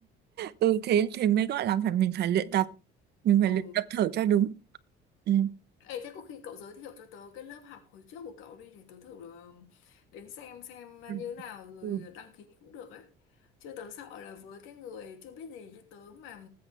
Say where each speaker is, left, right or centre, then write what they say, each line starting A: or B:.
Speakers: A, on the right; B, on the left.
A: ừ thế thế mới gọi là phải mình phải luyện tập mình phải
B: ồ
A: luyện tập thở cho đúng ừ.
B: Ê, thế có khi cậu giới thiệu cho tớ cái lớp học hồi trước của cậu đi để tớ thử ờ, đến xem xem
A: Ừ.
B: như nào rồi
A: Ừ.
B: đăng ký cũng được ấy chứ tớ sợ là với cái người chưa biết gì như tớ mà